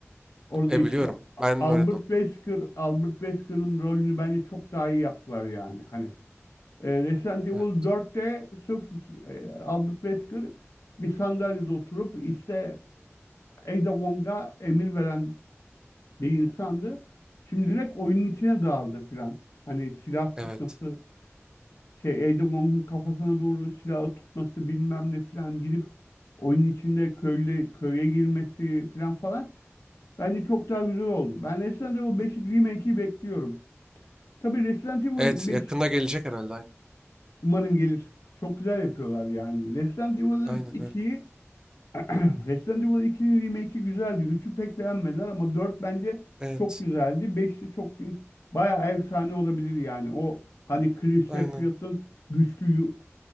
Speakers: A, on the left; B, on the right.
A: Orada
B: E
A: işte
B: biliyorum. Ben
A: Albert
B: oynadım.
A: Wesker, Albert Wesker'ın rolünü bence çok daha iyi yaptılar yani. Hani e, Resident Evil
B: Evet.
A: 4'te sırf e, Albert Wesker bir sandalyede oturup işte e, Ada Wong'a emir veren bir insandı. Şimdi direkt oyunun içine dağıldı filan. Hani silah
B: Evet.
A: tutması şey Ada Wong'un kafasına doğru silahı tutması bilmem ne filan gidip oyunun içinde köyle köye girmesi filan falan bence çok daha güzel oldu. Ben Resident Evil 5 remake'i bekliyorum. Tabii Resident Evil
B: Evet,
A: beş
B: yakında gelecek herhalde aynen.
A: umarım gelir. Çok güzel yapıyorlar yani. Resident Evil
B: Aynen
A: 2'yi
B: öyle.
A: <clears throat> Resident Evil 2'nin remake'i güzeldi. üçü pek beğenmediler ama 4 bence
B: Evet.
A: çok güzeldi. beş de çok bayağı efsane olabilir yani. O hani Chris
B: Aynen.
A: Redfield'ın güçlü yu-